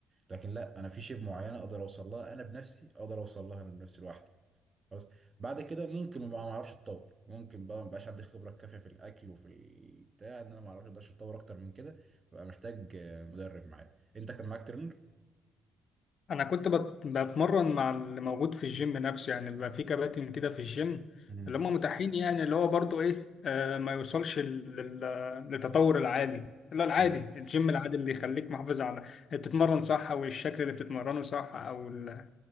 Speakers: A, on the right (about 30°); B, on the left (about 55°).
A: لكن لا انا في شيء معينه اقدر اوصل لها انا بنفسي اقدر اوصل لها انا بنفسي لوحدي خلاص بعد كده ممكن بقى ما اعرفش اتطور ممكن بقى ما بقاش عندي الخبره الكافيه في الاكل وفي البتاع ان انا ما اعرفش اقدرش اتطور اكتر من كده ببقى محتاج آه، مدرب معايا انت كان معاك ترينر؟
B: انا كنت بت- بتمرن مع اللي موجود في الجيم نفسه يعني بيبقى في كباتن كده في الجيم
A: مم.
B: اللي هم متاحين يعني اللي هو برضو ايه آه ما يوصلش لل- لل- للتطور العالي لا العادي
A: اه
B: الجيم العادي اللي يخليك محافظ على بتتمرن صح او الشكل اللي بتتمرنه صح او ال-